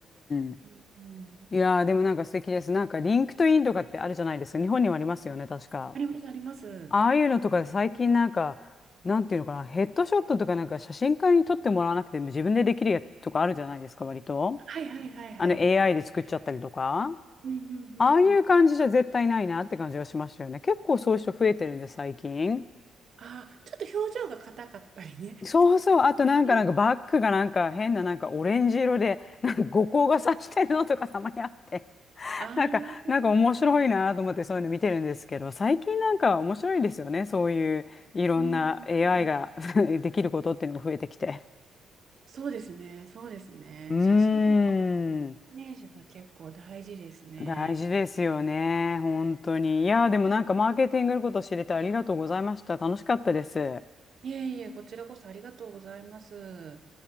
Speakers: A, on the left; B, on the right.
A: んうん。
B: うん、うん
A: いやー、でもなんか素敵です。なんかリンクトインとかってあるじゃないですか。日本にもありますよね、確か。
B: あります、あります。
A: ああいうのとか最近なんか、なんていうのかな、ヘッドショットとかなんか写真家に撮ってもらわなくても自分でできるやつとかあるじゃないですか、割と。
B: はいはいはいはい。
A: あの AI で作っちゃったりとか。
B: うんうんうんうん。
A: ああいう感じじゃ絶対ないなって感じがしましたよね。結構そういう人増えてるんで、最近。
B: ああ、ちょっと表情が硬かったりね。
A: そうそう。あとなんか、
B: <laughs>
A: なんかバッグがなんか変ななんかオレンジ色で、なんか五光がさしてるのとかたまにあって、<laughs>
B: ああ、
A: なんか、なんか面白いなと思ってそういうの見てるんですけど、最近なんか面白いですよね。そういういろんな
B: うんうん。
A: AI が <laughs> できることっていうのが増えてきて。
B: そうですね、そうですね。
A: うーん。
B: 写真のイメージは結構大事ですね。
A: 大事ですよね。本当に。いや、でもなんかマーケティングのこと知れてありがとうございました。楽しかったです。
B: いえいえ、こちらこそありがとうございます。